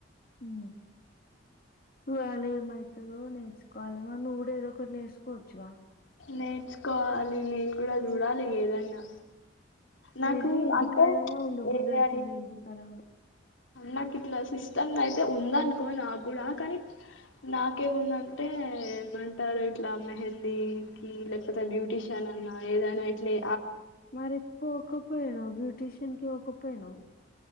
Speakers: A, on the left; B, on the left.
A: ఊ <inaudible> ఎో నేర్చుకోవాలిమా నువ్వు కూడా ఏదో ఒకటి నేర్చుకోవచ్చుగా
B: నేర్చుకోవాలి నేను గూడా చూడాలి ఏదైనా నాకు
A: ఏది ఇంటికాడ
B: అంటే
A: ఉండ బుద్ధి
B: ఏఐ
A: అయితలేదు ఇంటికాడ కూడా
B: నాకు ఇట్లా సిస్టమ్ అయితే ఉందనుకో నాకు కూడా కానీ నాకేముందంటే ఏమంటారు ఇట్లా మెహందీ మ్ లేకపోతే బ్యూటీషియన్ అన్నా ఏదైనా ఇట్లే
A: మరి పోక పోయినవ్ బ్యూటిష తనకి ఒక పేను